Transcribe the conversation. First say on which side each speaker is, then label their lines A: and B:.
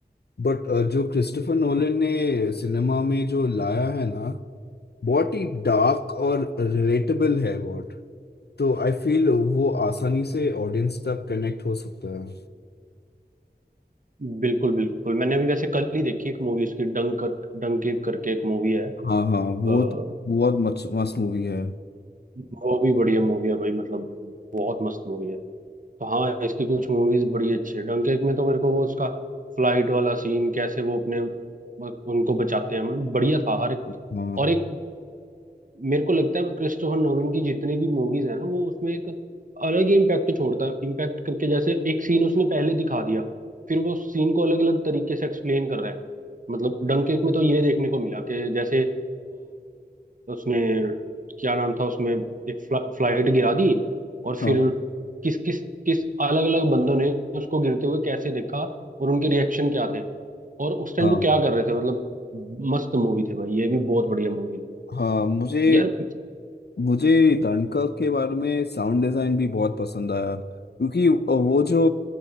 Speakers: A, on the left; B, on the right.
A: बट जो क्रिस्टोफर नोलन ने सिनेमा में जो लाया है ना बहुत ही डार्क और रिलेटेबल है बहुत तो आई फील वो आसानी से ऑडियंस तक कनेक्ट हो सकता है
B: बिल्कुल बिल्कुल मैंने अभी वैसे कल ही देखी एक मूवी उसकी डंक कर डंकी करके एक मूवी है
A: हाँ हाँ
B: अ,
A: वो तो बहुत मस्त मस्त मूवी है
B: वो भी बढ़िया मूवी है भाई मतलब बहुत मस्त मूवी है तो हाँ इसकी कुछ मूवीज बड़ी अच्छी है डंकेर्क में तो मेरे को वो उसका फ्लाइट वाला सीन कैसे वो अपने उनको बचाते हैं मतलब बढ़िया था हर एक
A: हाँ
B: और एक मेरे को लगता है क्रिस्टोफर नोलन की जितनी भी मूवीज है ना वो उसमें एक अलग ही इम्पैक्ट छोड़ता है इम्पैक्ट करके जैसे एक सीन उसने पहले दिखा दिया फिर वो सीन को अलग अलग तरीके से एक्सप्लेन कर रहा है मतलब डंकेर्क में तो ये देखने को मिला कि जैसे उसने क्या नाम था उसमें एक फ्ला, फ्लाइट गिरा दी और फिर
A: हाँ
B: किस किस किस अलग अलग बंदों ने उसको गिरते हुए कैसे देखा और उनके रिएक्शन क्या थे और उस टाइम
A: हाँ
B: वो क्या कर रहे थे मतलब मस्त मूवी थी भाई ये भी बहुत बढ़िया मूवी थी
A: हाँ मुझे
B: यार
A: मुझे डनकर्क के बारे में साउंड डिजाइन भी बहुत पसंद आया क्योंकि वो जो